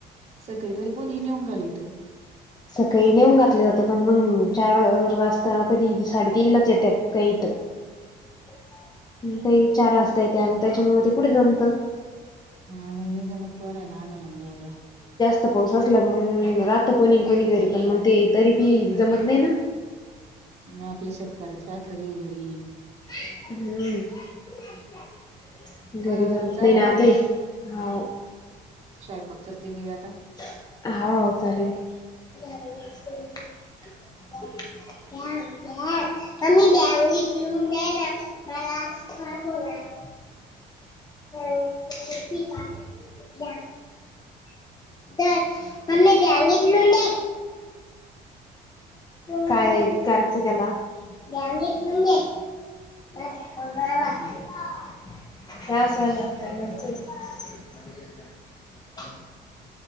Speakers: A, on the right (about 40°); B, on the left (about 25°).
A: सकाळी तरी कोणी ही नेऊन घालीवतो.
B: सकाळी नेऊन घातलं जातं पण मग चार वाजता, कधी साडेतीन लाच येते काईथ <inaudible> काही चार वाजता येते त्याच्यामुळ ते कुठे जमत?
A: आम्हाला नाही जमत पोराला आणायला आणि न्यायला.
B: फक्त पाऊस असला की मग राहत कोणी कोणी घरी पण मग ते तरी बी जमत नाही ना
A: मग आपल्या शेतकऱ्याचं काय खरं आहे घरी.
B: <inaudible> हम्म घरी
A: बरं
B: जमत
A: चालन
B: नाही ना
A: मग
B: ते हाऊ.
A: स्वयंपाक करते मी व्यात
B: <unintelligible> हाव चालेल <unintelligible> द द्या मग मी उचलून द्या ना मला. <unintelligible> <unintelligible> <unintelligible> हा ना काय करायची त्याला <unintelligible> त्यासालाच <unintelligible>